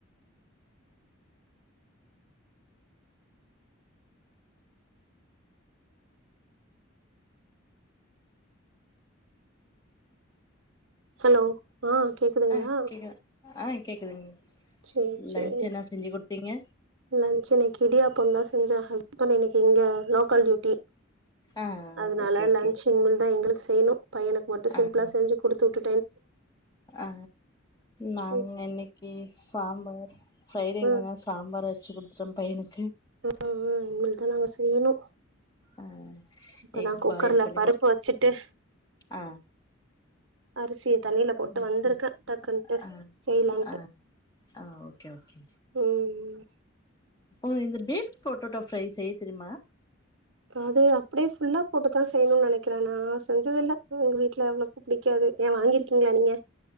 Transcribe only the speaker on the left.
ஆ கேக்குதா ஆ கேக்குதுங்க
லன்ச் என்ன செஞ்சு குடுத்தீங்க
ஆ
ஓகே ஓகே
ஆ ஆ
ஆ நாங்க
இன்னைக்கி சாம்பார் ஃப்ரைடேங்கனால
சாம்பார் வெச்சிகுடுத்துட்டே பையனுக்கு
ஆ
எக்
பாயில் பண்ணி
குடுத்
ஆ
அது
ஆ
ஆ ஆ ஓகே ஓகே
ம் இந்த டீப் பொட்டோட்டா ஃப்ரை செய்ய தெரியுமா